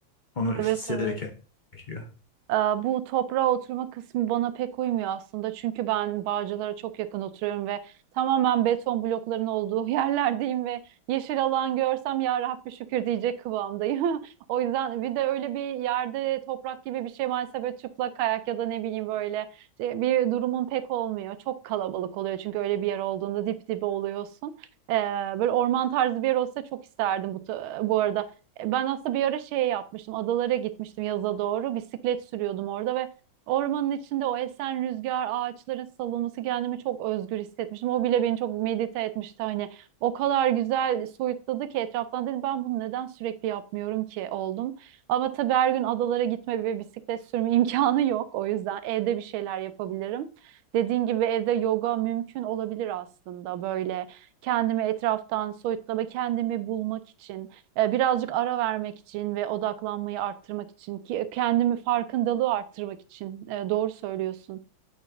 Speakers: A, on the left; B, on the right.
A: Onu hissederek
B: Evet evet.
A: yapmak gerekiyor.
B: Ee, Bu toprağa oturma kısmı bana pek uymuyor aslında. Çünkü ben Bağcılar'a çok yakın oturuyorum ve tamamen beton blokların olduğu <laughs> yerlerdeyim ve yeşil alan görsem ya Rabbi şükür diyecek kıvamdayım. <laughs> O yüzden bir de öyle bir yerde toprak gibi bir şey maalesef böyle çıplak kayak ya da ne bileyim böyle e, bir durumun pek olmuyor. Çok kalabalık oluyor çünkü öyle bir yer olduğunda dip dibe oluyorsun. Ee, Böyle orman tarzı bir yer olsa çok isterdim bu, ta- bu arada. E, Ben aslında bir ara şey yapmıştım. Adalara gitmiştim yaza doğru. Bisiklet sürüyordum orada ve ormanın içinde o esen rüzgar, ağaçların salınması kendimi çok özgür hissetmiştim. O bile beni çok medite etmişti. Hani o kadar güzel soyutladı ki etraftan dedim ben bunu neden sürekli yapmıyorum ki oldum. Ama tabii her gün adalara gitme ve bisiklet sürme <laughs> imkanı yok. O yüzden evde bir şeyler yapabilirim. Dediğin gibi evde yoga mümkün olabilir aslında böyle kendimi etraftan soyutlama, kendimi bulmak için e, birazcık ara vermek için ve odaklanmayı arttırmak için ki kendimi farkındalığı arttırmak için e, doğru söylüyorsun.